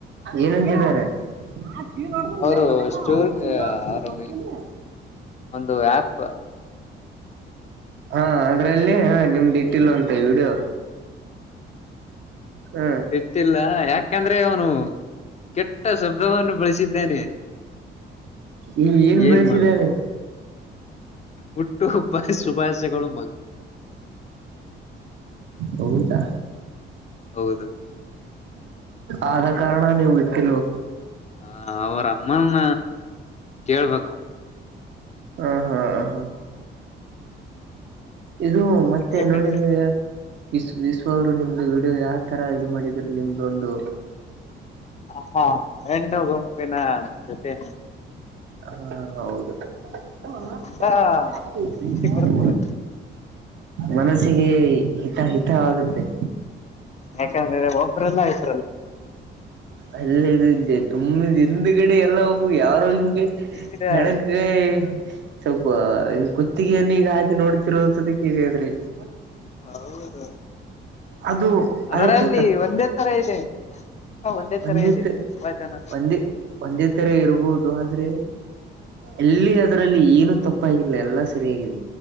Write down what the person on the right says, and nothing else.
ಏನಂತಿದ್ದಾರೆ. ಹಾ ಕೀವ್ ನೋಡ್ರ
ಇ ಬರೇನಾ
ಹೊ ಇರಡ
ಸೋತಿನಿ.
ಹಾ ಅದ್ರಲ್ಲಿ ನಿಮ್ದಿಟ್ಟು.. ವಿಡಿಯೋ. ಹ
ಈ
ಬೆಳೆಸಿದಾನೆ
ಹೌದಾ.
ಆದ ಕಾರಣ ನೀವು ಬಿಟ್ಟಿಲ್ವ.
ಹ್ಮ್ ಹ್ಮ್ ಹ್ಮ ಹ್ಮ. ಇದು ಮತ್ತೆ
ನೋಡಿದ. ವಿ್ ವಿಶ್ವ ಅವರು ನಿಮ್ದು ವಿಡಿಯೋ ಯಾವಥರ ಇದು ಮಾಡಿದ್ರ ನಿಮ್ದೊಂದು.
ಹಾ ಹೌದು. <unintelligible>
ಮನಸ್ಸಿಗೆ ಹಿತ ಹಿತವಾಗುತ್ತೆ.
ಅಲ್ಲ ತುಂಬ ದಿಂದ ಡೆ ಎಲ್ಲ ಒಬ್ ಯಾರು ಹಿಂ
ಹೆಣಕಾಯಿ ಸ್ವಲ್ಪ ಹ ಕುತ್ತಿಗೆ. ನ್ ಈಗ ಆಾಕೆ ನೋಡ್ತಿರೋದುದಕ್ಕೆ ಈಗ ಅದ್ರಲ್ಲಿ.
ಅದು
ಅದಕ್ಕೆ ತಕ್ಕ
ಒಂದಿತ್ತು
ಒಂದಿ ಒಂದಿ. ತರ ಇರಬಹುದು ಆದ್ರೆ ಎಲ್ಲಿ ಅದರಲ್ಲಿ ಏನು. ತಪ್ಪಾಗಿಲ್ಲ ಎಲ್ಲ ಸರಿಯಾಗಿದೆ.